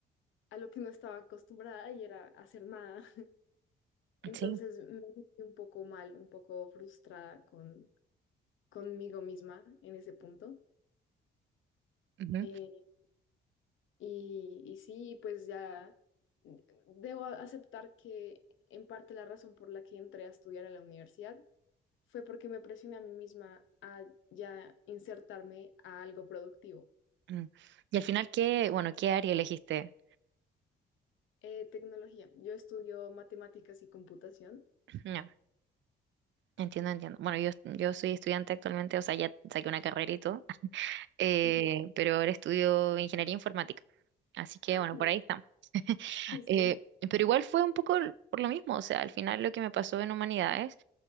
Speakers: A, on the left (about 75°); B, on the right (about 70°).
A: a lo que no estaba acostumbrada y era hacer nada. <laughs> Entonces
B: sí.
A: me sentí un poco mal, un poco frustrada con, conmigo misma en ese punto.
B: ujú,
A: Eh, y, y sí, pues ya de- debo a- aceptar que en parte la razón por la que entré a estudiar a la universidad fue porque me presioné a mí misma a ya insertarme a algo productivo.
B: ujú. Y al final, ¿qué, bueno, qué área elegiste?
A: Eh, tecnología. Yo estudio matemáticas y computación.
B: No. Entiendo, entiendo. Bueno, yo, yo soy estudiante actualmente, o sea, ya saqué una carrera y todo, <laughs> eh,
A: Ujú.
B: pero ahora estudio ingeniería informática. Así que,
A: Ah,
B: bueno,
A: guau.
B: por ahí estamos.
A: Sí, sí.
B: Eh, pero igual fue un poco l- por lo mismo, o sea, al final lo que me pasó en humanidades